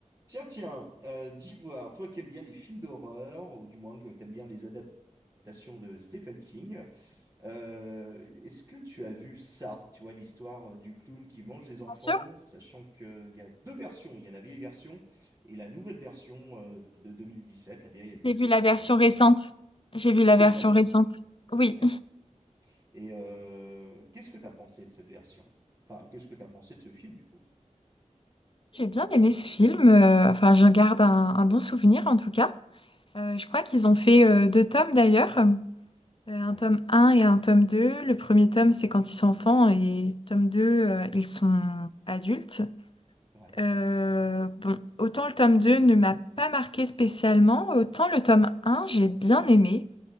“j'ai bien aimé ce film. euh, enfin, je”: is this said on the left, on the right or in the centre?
Left